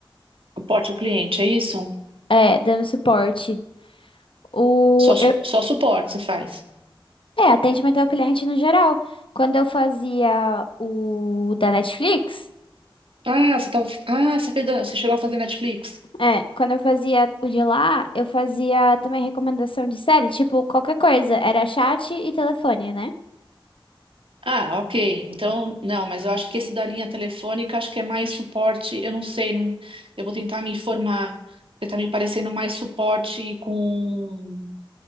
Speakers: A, on the right; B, on the left.
A: Suporte ao cliente, é isso?
B: É, dando suporte. O,
A: Só, su-
B: eu-
A: só suporte você faz.
B: é, atendimento ao cliente no geral. Quando eu fazia o da Netflix,
A: Ah, você tava, ah, você, fez, da- você chegou a fazer Netflix?
B: é, quando eu fazia o de lá, eu fazia também recomendação de série, tipo, qualquer coisa. Era chat e telefone, né?
A: Ah, ok. Então, não, mas eu acho que esse da linha telefônica, acho que é mais suporte. Eu não sei, não- eu vou tentar me informar. Porque tá me parecendo mais suporte com